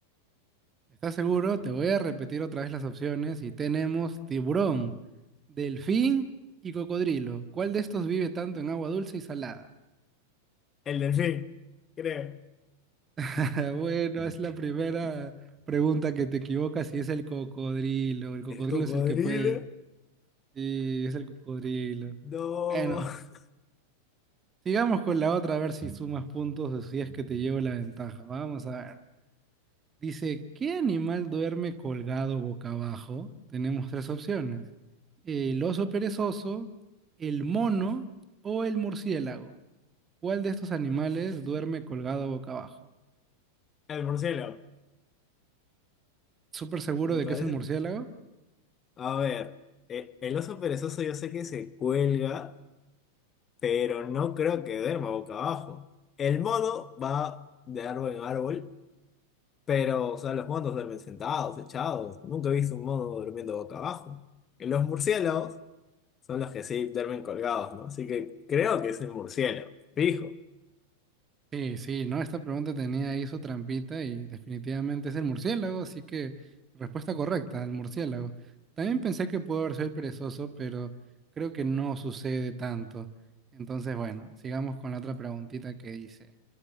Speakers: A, on the right; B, on the left.
A: ¿Estás seguro? Te voy a repetir otra vez las opciones y tenemos tiburón, delfín y cocodrilo. ¿Cuál de estos vive tanto en agua dulce y salada?
B: el delfín, creo.
A: <laughs> Bueno, es la primera pregunta que te equivocas y es el cocodrilo. El cocodrilo
B: El cocodrilo,
A: es el que puede. Sí, es el cocodrilo.
B: no.
A: Bueno,
B: <laughs>
A: sigamos con la otra a ver si sumas puntos o si es que te llevo la ventaja. Vamos a ver. Dice, ¿qué animal duerme colgado boca abajo? Tenemos tres opciones. El oso perezoso, el mono o el murciélago. ¿Cuál de estos animales duerme colgado boca abajo?
B: El murciélago,
A: ¿Súper seguro
B: me
A: de
B: parece.
A: que es el murciélago?
B: A ver, e- el oso perezoso yo sé que se cuelga, pero no creo que duerma boca abajo. El mono va de árbol en árbol. Pero, o sea, los monos duermen sentados, echados. Nunca he visto un mono durmiendo boca abajo. Y los murciélagos son los que sí duermen colgados, ¿no? Así que creo que es el murciélago, fijo.
A: Sí, sí, ¿no? Esta pregunta tenía ahí su trampita y definitivamente es el murciélago, así que respuesta correcta, el murciélago. También pensé que pudo haber sido el perezoso, pero creo que no sucede tanto. Entonces, bueno, sigamos con la otra preguntita que dice.